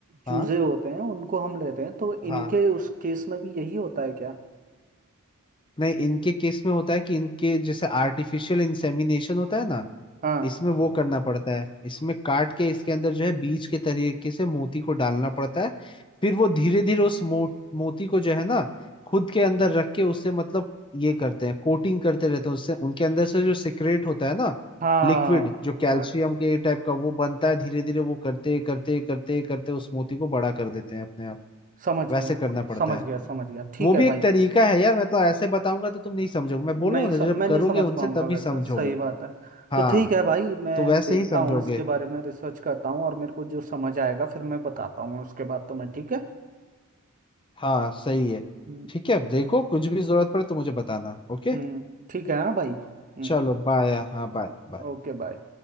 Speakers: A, on the right; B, on the left.
A: चूजे
B: हाँ
A: होते हैं उनको हम लेते हैं तो
B: हाँ
A: इनके उस केस में भी यही होता है क्या
B: नहीं इनके केस में होता है कि इनके जैसे आर्टिफिशियल इंसेमिनेशन होता है ना
A: हाँ
B: इसमें वो करना पड़ता है इसमें काट के इसके अंदर जो है बीज के तरीके से मोती को डालना पड़ता है फिर वो धीरे धीरे उस मो, मोती को जो है ना खुद के अंदर रख के उससे मतलब ये करते हैं कोटिंग करते रहते हैं उससे उनके अंदर से जो सिक्रेट होता है ना
A: हाँ
B: लिक्विड जो कैल्शियम
A: हाँ
B: के टाइप का वो बनता है धीरे धीरे वो करते करते करते करते उस मोती को बड़ा कर देते हैं अपने आप
A: समझ
B: वैसे
A: गया
B: करना पड़ता
A: समझ
B: है
A: गया समझ गया ठीक
B: वो भी
A: है भाई
B: एक तरीका है यार मैं तो ऐसे बताऊंगा तो तुम नहीं समझोगे मैं बोल
A: नहीं
B: रहा हूँ
A: सम,
B: ना जब
A: मैं
B: करोगे
A: नहीं समझ
B: उनसे
A: पाऊंगा
B: तभी
A: वैसे
B: समझोगे
A: सही बात है तो
B: हाँ
A: ठीक है भाई मैं
B: तो वैसे
A: देखता
B: ही समझोगे
A: हूँ इसके बारे में रिसर्च करता हूँ और मेरे को जो समझ आएगा फिर मैं बताता हूँ उसके बाद तो मैं ठीक है
B: हाँ सही है
A: हम्म
B: ठीक है देखो कुछ भी जरूरत पड़े तो मुझे बताना ओके
A: हम्म, ठीक है हाँ भाई हम्म
B: चलो बाय हाँ बाय
A: ओ-
B: बाय
A: ओके बाय